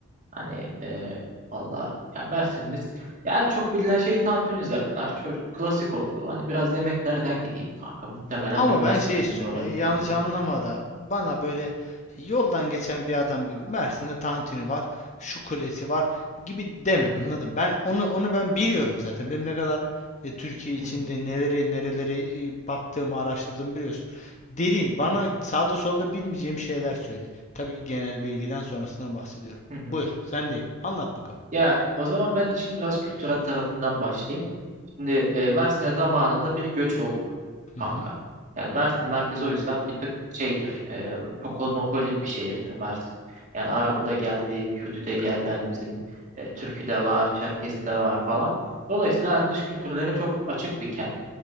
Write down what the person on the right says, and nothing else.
Hani e, valla ya Mersin'imiz ya en çok bilinen şey tantuni zaten. Artık çok klasik oldu. Hani biraz yemeklerden gideyim kanka. Muhtemelen
bilmezsin
bizim oranın
kültürünü.
Hı hı
hı hı
hı hı
hı hı.
Ya o zaman ben işin biraz kültürel tarafından başlayayım. Şimdi e, Mersin'e zamanında bir göç oldu kanka.
Yani Mersin merkezi o yüzden bir tık şeydir. e, çok kozmopolit bir şehirdir Mersin. Yani Arabı da geldi, Kürdü de geldi. Hani bizim e, Türkü de var, Çerkezi de var falan. Dolayısıyla hani dış kültürlere çok açık bir kent.